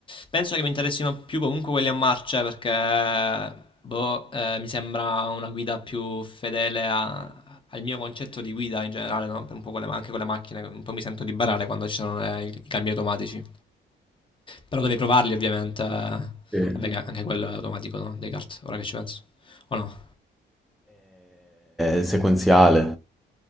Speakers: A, on the left (about 25°); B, in the centre.
A: Penso che mi interessino più comunque quelli a marce perché boh, eh, mi sembra una guida più fedele a- al mio concetto di guida in generale, no? Per un po' con le- anche con le macchine, un po' mi sento di barare quando ci sono le- i cambi automatici. Però devi provarli ovviamente, eh.
B: Sì.
A: Vabbè, che anche quello è automatico, no? Dei kart, ora che ci penso. O no?
B: E sequenziale.